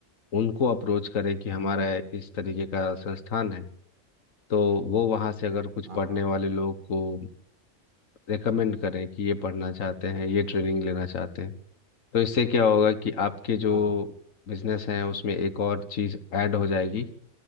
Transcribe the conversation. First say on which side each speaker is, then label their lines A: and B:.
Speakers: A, on the left; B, on the right.
A: उनको अप्रोच करें कि हमारा
B: हम्म हम्म हम्म,
A: इस तरीके का संस्थान है तो वो वहाँ से अगर कुछ
B: हाँ
A: पढ़ने
B: हाँ
A: वाले लोग को रेकमेंड करें कि ये पढ़ना चाहते हैं ये ट्रेनिंग लेना चाहते हैं तो इससे क्या होगा कि आपके जो
B: हाँ हाँ हाँ,
A: बिजनेस हैं उसमें एक और चीज़ ऐड हो जाएगी